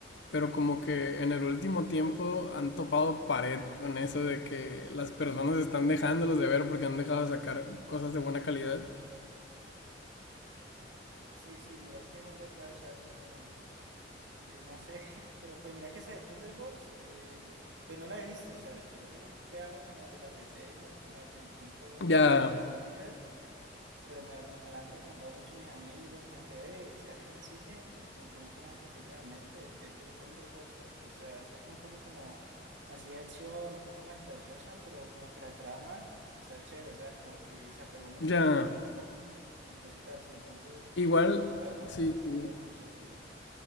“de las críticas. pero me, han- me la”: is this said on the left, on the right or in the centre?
Right